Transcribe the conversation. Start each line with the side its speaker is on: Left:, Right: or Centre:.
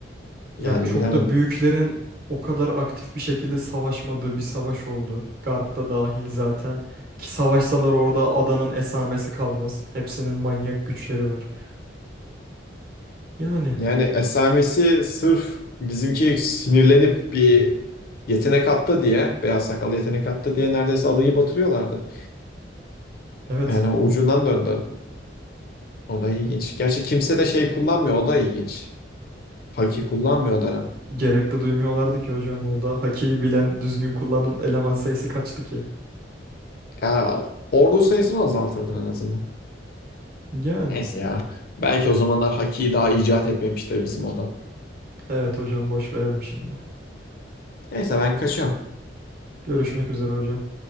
Right: Ya
Left: Yani
Right: çok
Left: bilemedim.
Right: da büyüklerin o kadar aktif bir şekilde savaşmadığı bir savaş oldu. Garp da dahil zaten. Ki savaşsalar orada adanın esamesi kalmaz. Hepsinin manyak güçleri var. Yani
Left: Yani esamesi sırf bizimki sinirlenip bir yetenek attı diye, beyaz sakallı yetenek attı diye neredeyse adayı batırıyorlardı.
Right: evet
Left: Yani o ucundan döndü. O da ilginç. Gerçi kimse de şey kullanmıyor. O da ilginç. Haki kullanmıyor Dara.
Right: gerek de duymuyorlardı ki hocam orada. Hakiyi bilen düzgün kullanan eleman sayısı kaçtı ki?
Left: Ya ordu sayısını azaltırdın en azından.
Right: Yani
Left: Neyse ya. Belki o zamanlar Haki'yi daha icat etmemiştir bizim o da.
Right: evet hocam boş verelim şimdi.
Left: Neyse ben kaçıyorum.
Right: Görüşmek üzere hocam.